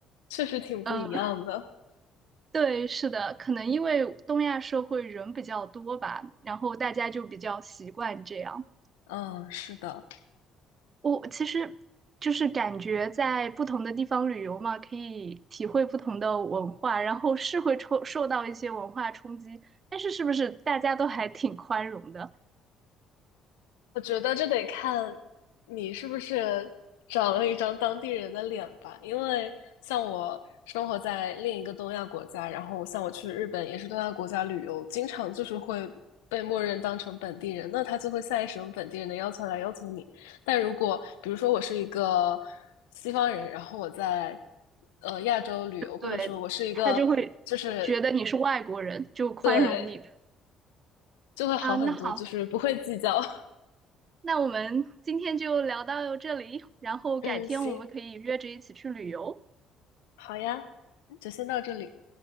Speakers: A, on the left; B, on the right.
A: 确实挺不一样的。
B: 嗯。对，是的，可能因为东亚社会人比较多吧，然后大家就比较习惯这样。
A: 嗯，是的。
B: 我其实就是感觉在不同的地方旅游嘛，可以体会不同的文化，然后是会受受到一些文化冲击，但是是不是大家都还挺宽容的？
A: 我觉得这得看你是不是长了一张当地人的脸吧，因为像我生活在另一个东亚国家，然后像我去日本也是东亚国家旅游，经常就是会被默认当成本地人，那他就会下意识用本地人的要求来要求你。但如果比如说我是一个西方人，然后我在呃亚洲旅游，或者说我是一个就是
B: 对，他就会觉得你是外国人，就宽容你
A: 对，就会好很多，
B: 啊。那好，
A: 就是不会计较。<laughs>
B: 那我们今天就聊到这里，然后改天我们可以约着一起去旅游。
A: 嗯，行，好呀，就先到这里。